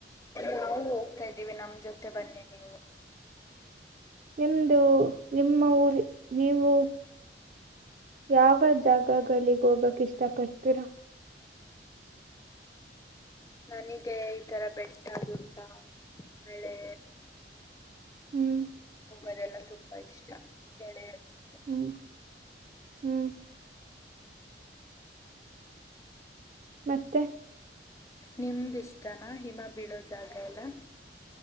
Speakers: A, on the left; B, on the right.
A: ನಾವು ಹೋಗ್ತಾ ಇದ್ದೀವಿ ನಮ್ ಜೊತೆ ಬನ್ನಿ ನೀವು <unintelligible>
B: ನಿಮ್ದು ನಿಮ್ಮ ಊರು ನೀವು ಯಾವ ಜಾಗ ಆಗ ಅಲ್ಲಿಗ್ ಹೋಗಕ್ ಇಷ್ಟ ಪಡ್ತೀರಾ
A: ನನಗೆ ಈ ತರ ಬೆಟ್ಟ ಗುಡ ಬೆಳೆ
B: ಹ್ಮ್
A: ಮದೆಲ್ಲ ತುಂಬಾ ಇಷ್ಟ ಗೆಳೆಯ ಜತೆ <unintelligible>
B: ಹ್ಮಞ ಹ್ಞ ಮತ್ತೆ
A: ನಿಮ್ಗೆ ಇಷ್ಟನ ಹಿಮ ಬೀಳೋ ಜಾಗ ಎಲ್ಲ